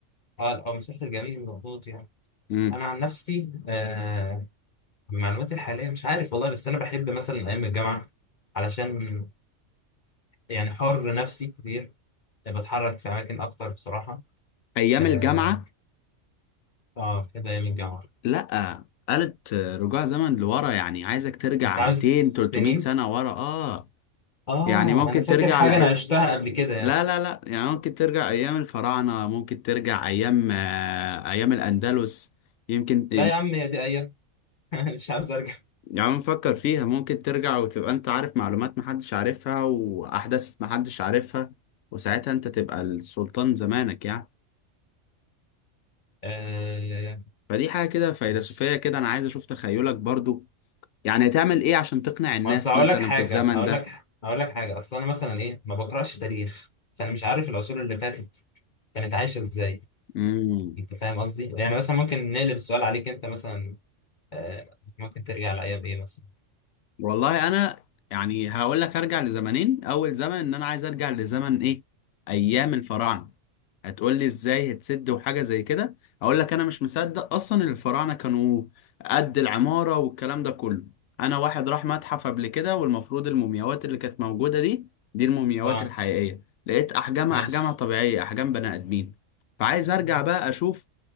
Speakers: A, on the left; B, on the left.
A: اه هو مسلسل جميل ومظبوط يعني
B: امم
A: انا عن نفسي آه بمعلوماتي الحاليه مش عارف والله بس انا بحب مثلا ايام الجامعه علشان يعني حر نفسي كتير بتحرك في اماكن اكتر بصراحه
B: ايام
A: اه
B: الجامعه
A: آه، بحب ايام الجامعه
B: لا قالت رجوع زمن لورا يعني عايزك ترجع
A: انت
B: 200
A: عاوز
B: 300
A: سنين
B: سنه ورا اه
A: اه
B: يعني ممكن
A: انا فاكر
B: ترجع
A: حاجه
B: لأي...
A: انا عشتها قبل كده
B: لا
A: يعني
B: لا لا يعني ممكن ترجع أيام الفراعنة ممكن ترجع أيام آه، أيام الأندلس يمكن
A: لا يا عم هي دي ايام <laughs> مش عاوز ارجع
B: يعني نفكر فيها ممكن ترجع وتبقى أنت عارف معلومات محدش عارفها وأحداث محدش عارفها وساعتها أنت تبقى السلطان زمانك يعني
A: آه
B: فدي حاجة كده فيلسوفية
A: ماشي
B: كده أنا عايز أشوف تخيلك برضو يعني هتعمل إيه عشان تقنع الناس
A: ما اصل هقول
B: مثلا
A: لك حاجه
B: في الزمن
A: هقول
B: ده
A: لك هقول لك حاجه اصل انا مثلا ايه ما بقراش تاريخ فانا مش عارف العصور اللي فاتت كانت عايشه ازاي
B: مم.
A: انت فاهم قصدي يعني مثلا ممكن نقلب السؤال عليك انت مثلا آه، ممكن ترجع لايام ايه مثلا
B: والله انا يعني هقول لك ارجع لزمنين اول زمن ان انا عايز ارجع لزمن ايه ايام الفراعنه هتقول لي ازاي هتسد وحاجه زي كده اقول لك انا مش مصدق اصلا إن الفراعنه كانوا قد العماره والكلام ده كله انا واحد راح متحف قبل كده والمفروض المومياوات اللي كانت موجوده دي دي المومياوات
A: اه
B: الحقيقيه لقيت احجامها
A: ماشي
B: احجامها طبيعيه احجام بني ادمين فعايز ارجع بقى اشوف